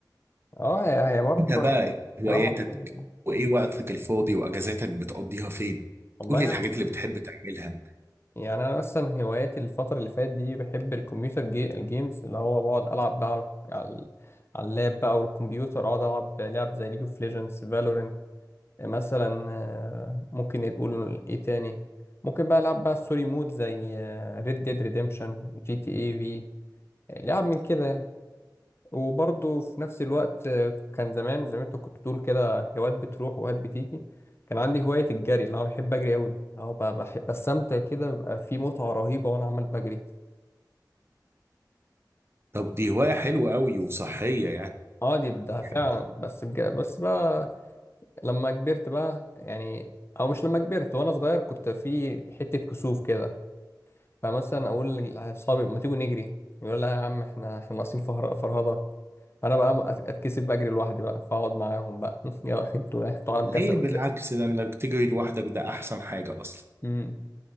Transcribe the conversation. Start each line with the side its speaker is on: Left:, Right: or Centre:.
Left: اه هي هي برضه
Right: انت بقى
Left: هي
Right: إيه هواياتك
Left: كلام منطقي
Right: وايه وقتك الفاضي واجازاتك بتقضيها فين
Left: والله
Right: قول لي الحاجات
Left: هم-
Right: اللي بتحب تعملها
Left: يعني انا مثلا هواياتي الفترة اللي فاتت دي بحب الكمبيوتر جي... الجيمز اللي هو بقعد العب بقى على على على اللاب بقى والكمبيوتر اقعد العب لعب زي ليج اوف ليجندز فالورنت مثلا آه، ممكن نقول ايه تاني ممكن بقى العب بقى ستوري مود زي ريد ديد ريديمشن جي تي اي يعني لعب من كده يعني. وبرضه في نفس الوقت آه، كان زمان زي ما انت كنت بتقول كده هوايات بتروح وهوايات بتيجي كان عندي هواية الجري اللي هو بحب أجري أوي اللي هو ب- بحب بستمتع كده بيبقى في متعة رهيبة وأنا عمال بجري
Right: طب دي هواية حلوة قوي وصحية يعني
Left: اه دي بدها
Right: يعني
Left: فعلا بس بج... بس بقى لما كبرت بقى يعني أو مش لما كبرت وأنا صغير كنت في حتة كسوف كده فمثلا أقول لأصحابي ما تيجوا نجري يقول لا يا عم احنا احنا ناقصين فهر- فرهضة انا بقى أت- اتكسف بقى اجري لوحدي بقى فاقعد معاهم بقى <laughs> يا انتوا انتوا عالم
Right: ليه
Left: كسب
Right: بالعكس
Left: اساسا
Right: ده انك تجري لوحدك ده احسن حاجة اصلا
Left: امم